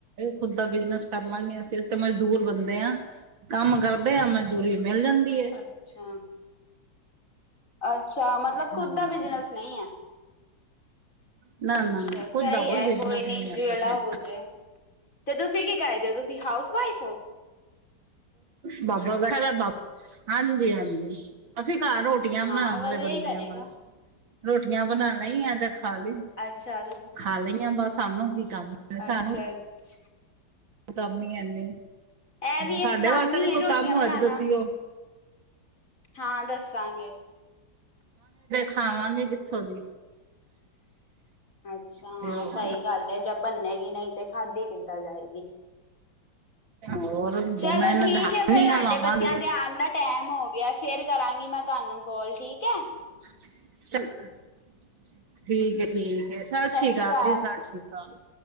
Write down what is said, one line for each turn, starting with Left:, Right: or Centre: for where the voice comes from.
Right: ਖੁਦ ਦਾ ਬਿਜਨਸ ਕਰ ਲਾਂਗੇ ਅਸੀਂ ਅੇ ਮਜ਼ਦੂਰ ਬੰਦੇ ਆਂ। ਕੰਮ ਕਰਦੇ ਆ ਮਜਦੂਰੀ ਮਿਲ ਜਾਂਦੀ ਏ।
Left: ਅੱਛਾ ਅੱਛਾ ਮਤਲਬ ਖੁਦ
Right: ਹਾਂ
Left: ਦਾ ਬਿਜਨਸ ਨਈ ਏ।
Right: ਨਾ
Left: ਅੱਛਾ!
Right: ਨਾ ਨਾ ਖੁਦ
Left: ਸਈ
Right: ਦਾ
Left: ਆ
Right: ਬਿਜ਼ਨਸ
Left: ਕੋਈ ਨੀ
Right: ਨਹੀਂ ਹੈ
Left: ਜੇੜਾ
Right: ਪਸੰਦ
Left: ਹੋ ਜੇ। ਤੇ ਤੁਸੀਂ ਕੀ ਕਰਦੇ ਓ? ਤੁਸੀਂ ਹਾਊਸ ਵਈਫ ਹੋ।
Right: ਬਾਬਾ ਬੈਠਾ ਬਾ ਹਾਂਜੀ-ਹਾਂਜੀ ਅਸੀਂ ਘਰ ਰੋਟ ਰੋਟੀਆਂ
Left: ਹਾਂ
Right: ਬਨਾਨ ਆਲੇ
Left: ਵਧੀਆ
Right: ਵਾਲੇ ਬੰਦੇ
Left: ਹੀ ਕਰੇਗਾ।
Right: ਆ ਬਸ, ਰੋਟੀਆਂ ਬਨਾ ਲਈ ਆ ਤੇ ਖਾ ਲਈ
Left: ਅੱਛਾ! ਰੁ
Right: ਖਾ ਲਈਆਂ ਬਸ ਸਾਨੂੰ ਕੀ ਕੰਮ। ਹੈ, ਸਾਨੂੰ
Left: ਅੱਛਾ-ਅੱਛ
Right: ਕੰਮ ਈ ਹੈਨੀ।
Left: ਇਹ ਵੀ
Right: ਸਾਡੇ
Left: ਇੱਕ ਕੰਮ
Right: ਵਾਸਤੇ
Left: ਹੀ
Right: ਜੇ
Left: ਹੈ
Right: ਕੋਈ
Left: ਰੋਟੀਆਂ
Right: ਕੰਮ ਹੋਇਆ
Left: ਬਣਾਉਣਾ।
Right: ਦੱਸੀਉ।
Left: ਹਾਂ ਦੱਸਾਂਗੇ।
Right: ਖਾਵਾਗੇ ਕਿੱਥੋਂ ਦੀ।
Left: ਅੱਛਾ,
Right: ਤੇ ਹੋਰ
Left: ਸਈ ਗੱਲ ਏ ਜਬ ਬੰਨੇਗੀ ਨੀ ਤੇ ਖਾਦੀ ਕਿੱਦਾਂ ਜਾਏਗੀ।
Right: ਹੋਰ।
Left: ਚਲੋ
Right: ਜਮੈਨ
Left: ਠੀਕ
Right: ਧਾਨੀਆਂ
Left: ਏ ਫੇਰ ਸਾਡੇ
Right: ਲਾਵਾਂਗੇ
Left: ਬੱਚਿਆਂ ਦੇ ਆਨ ਦਾ ਟੈਮ ਹੋ ਗਿਐ ਫੇਰ ਕਰਾਂਗੀ ਮੈਂ ਤੁਆਨੂੰ। ਕੌਲ ਠੀਕ ਐ।
Right: <inaudible> ਠੀਕ ਏ ਠੀਕ ਏ ਸਾਸ
Left: ਸਤਿ
Right: ਸੀ
Left: ਸ਼੍ਰੀ
Right: ਕਾਲ
Left: ਅਕਾਲ।
Right: ਜੀ, ਸਾਸ ਸੀ ਕਾਲ।